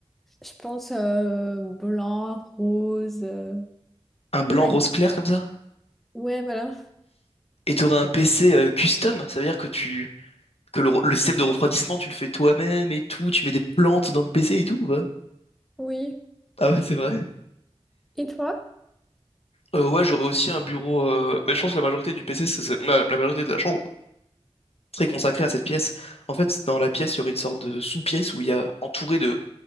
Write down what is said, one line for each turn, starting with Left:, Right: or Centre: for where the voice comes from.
Centre: Je pense euh, blanc, rose. euh,
Left: Un blanc
Centre: black.
Left: rose clair comme ça?
Centre: Ouais, voilà.
Left: Et t'aurais un PC euh, custom? Ça veut dire que tu que le, re- le système de refroidissement, tu le fais toi-même et tout, tu mets des plantes dans le PC et tout, ou pas
Centre: Oui.
Left: Ah ouais, c'est vrai. <laughs>
Centre: Et toi?
Left: Euh, ouais, j'aurais aussi un bureau. euh, Mais je pense que la majorité du PC, c'est- c'est- la, la majorité de la chambre serait consacrée à cette pièce. En fait, dans la pièce, il y aurait une sorte de sous-pièce où il y a entouré de